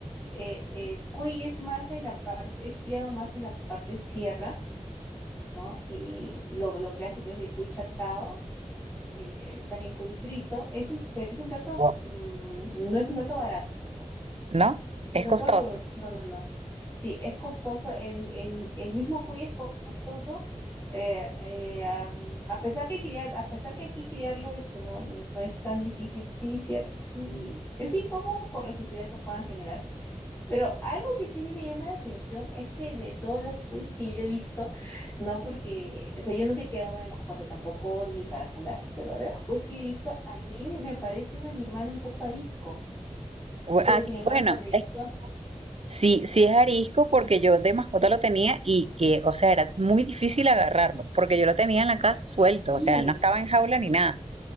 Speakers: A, on the left; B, on the right.
A: eh, el cuy es más en la parte, es criado más en la parte sierra, ¿no? Y lo, lo clásico es el cuy chatado, eh, también cuy frito, es un, pero es un plato,
B: Wow.
A: mm, no es un plato barato tampoco,
B: ¿No?
A: es
B: Es
A: un plato,
B: costoso.
A: rigor- no, no, no, sí, es costoso, en, en- el mismo cuy es co- costoso, eh, eh, am, a pesar que criar, a pesar que aquí criarlo este, no, no es tan difícil, sí, cier- sí, es incómodo por la suciedad que puedan generar, pero algo que sí a mí me llama la atención es que de todos los quiz que yo he visto, no porque, o sea, yo nunca he creado uno de mascota tampoco, ni para comerlo, pero de los quiz que he visto, a mí me, me parece un animal un poco arisco.
B: Bu-
A: Pero
B: ah,
A: sin
B: Bueno,
A: embargo, cuando he visto,
B: es que sí, sí es arisco porque yo de mascota lo tenía y, y, o sea, era muy difícil agarrarlo porque yo lo tenía en la casa suelto,
A: sí,
B: o sea, él no estaba en jaula ni nada,